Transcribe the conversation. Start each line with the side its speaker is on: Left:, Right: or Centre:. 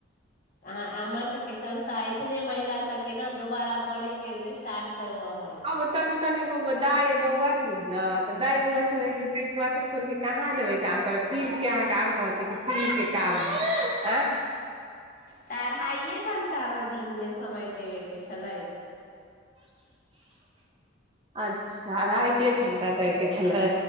Left: अहाँ हमर सबके संस तऽ ऐसने महिला सब के ने दोबारा पढ़े के स्टार्ट करबह
Right: आब तनि तनिगो दाइ बौआ छलै ने तऽ दाइ बौआ छलै दाइ बौआ के छोड़ क कहाँ जेबै काम करै फील्ड के अहाँ काम कहै छियै कि फील्ड के काम हइ आं
Left: तऽ अढ़ाइए घण्टा ने दिनमे समय देबे के छलै
Right: अच्छा अढ़ाए के घंटा दै के छलै